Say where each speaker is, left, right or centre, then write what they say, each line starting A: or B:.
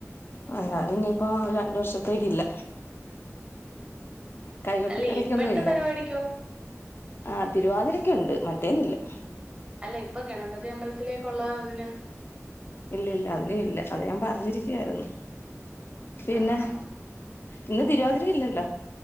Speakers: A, on the left; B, on the right.
A: ങ ഞാനിനിയിപ്പോ ഒരു രണ്ടു വർഷത്തേക്കില്ല. കൈകൊട്ടി
B: അല്ല
A: കളിക്കൊന്നു
B: ഇപ്പോഴത്തെ
A: ഇല്ല.
B: പരിപാടിക്കോ
A: ആ തിരുവാതിരക്കുണ്ട് മറ്റേന്നില്ല. <inaudible>
B: അല്ല ഇപ്പ ഗണപതി അമ്പലത്തിലേയ്ക്കൊള്ളയതിന്
A: ഇല്ല ഇല്ല അതിനുമില്ല. അത് ഞാൻ പറഞ്ഞിരിക്കുവായിരുന്നു. പിന്നെ
B: ആ ആ
A: ഇന്ന് തിരുവാതിര ഇല്ലല്ലോ?